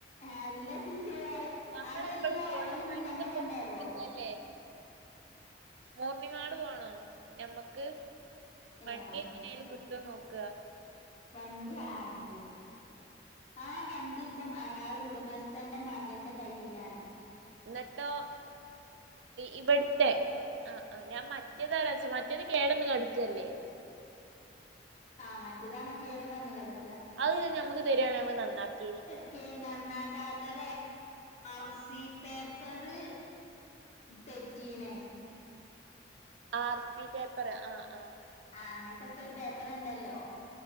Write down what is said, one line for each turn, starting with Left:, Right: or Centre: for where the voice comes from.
Left: ആല്ല പിന്ന വേറെ
Right: നമ്മളെപ്പളും
Left: അതെല്ലാ
Right: പോണം
Left: ഓല് മിണ്ടാ
Right: അടുത്ത്
Left: നമ്മള്
Right: പോണല്ലേ
Left: രണ്ടാളോ
Right: <unintelligible> വാണോ ഞമ്മക്ക്
Left: ഏ
Right: വണ്ടി
Left: അവിടക്കോ
Right: എങ്ങനെലും കിട്ടോ നോക്ക
Left: വണ്ടി ആരത് ആ വണ്ടി ഇപ്പം അയാളെ ഉടമസ്ഥന്റെ മകന്റെ കയ്യിലാണ്
Right: ന്ന്ട്ടോ ഇബടുത്തെ ആഹ് ആ ഞാൻ മറ്റേതച്ച മറ്റേത് കേടന്ന് കെടക്കല്ലേ
Left: ആഹ് മറ്റതാണേ കേടും വന്ന് കെടക്ക
Right: അത് ഞമുക്ക് തരിയാണെ ഞമ്മള് നന്നാക്കിനിം
Left: ഒക്കെ നന്നാക്കാത്തത് ആർ സി പേപ്പറ് തെറ്റീണെ
Right: ആർ സി പേപ്പറ് ആഹ് ആഹ്
Left: ആഹ് അങ്ങനത്തെത്തോ ഒരു പേപ്പറ്ണ്ടല്ലോ